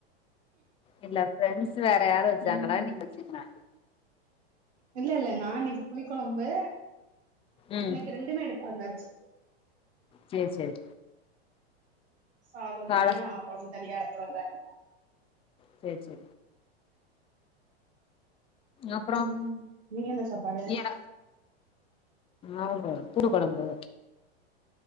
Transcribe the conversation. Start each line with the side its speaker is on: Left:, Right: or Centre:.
Left: இல்ல ப்ரெண்ட்ஸ் வேற யாரும் வச்சாங்களா
Right: ம்
Left: நீங்க வச்சிங்ளா
Right: இல்ல இல்ல நான் இன்னைக்கு புளி கொழம்பு
Left: ம்
Right: இன்னைக்கு ரெண்டுமே எடுத்து வந்தாச்சு
Left: சேர் சேரு
Right: சாதம்
Left: கால
Right: தனியா கொழம்பு தனியா எடுத்துறதா இரு
Left: சேர் சே அப்றம்
Right: ம் நீ என்ன சாப்பாடு
Left: யா ஆமா பூடு கொழம்பு